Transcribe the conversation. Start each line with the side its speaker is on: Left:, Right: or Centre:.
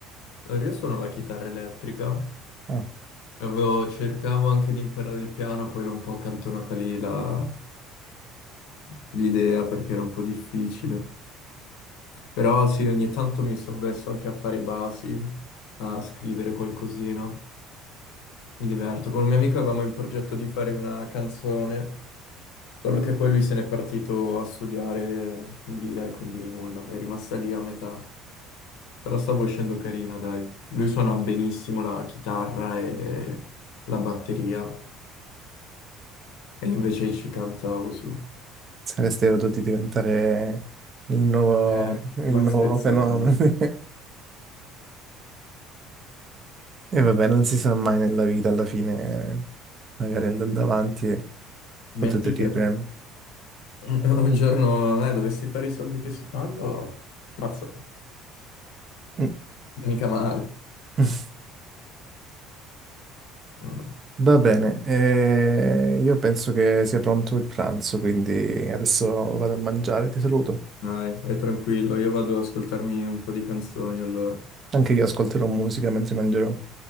Left: Allora, io suono la chitarra elettrica,
Right: Ah,
Left: Avevo- cercavo anche di imparare il piano, poi l'ho un po' accantonata lì la- l'idea perché era un po' difficile. Però sì, ogni tanto mi sono messo anche a fare i basi, a scrivere qualcosina. Mi diverto. Con un mio amico avevamo in progetto di fare una canzone, solo che poi lui se n'è partito a studiare in via e quindi nulla, è rimasta lì a metà. Però stavo uscendo carina, dai. Lui suona benissimo la chitarra e la batteria, e io invece ci cantavo su.
Right: saresti potuti diventare il nuovo,
Left: Eh,
Right: il
Left: Max
Right: nuovo
Left: Pezzali.
Right: fenomeno. <laughs> E vabbè, non si sa mai nella vita, alla fine magari andando avanti e
Left: Metti
Right: potete riprendere.
Left: che un giorno eh, dovessi fare i soldi che si fanno, mazza,
Right: Mm.
Left: mica male.
Right: <laughs>
Left: No, no.
Right: Va bene, eh, io penso che sia pronto il pranzo, quindi adesso vado a mangiare, ti saluto.
Left: Dai, è tranquillo, io vado ad ascoltarmi un po' di canzoni allora.
Right: Anche io ascolterò musica mentre mangerò.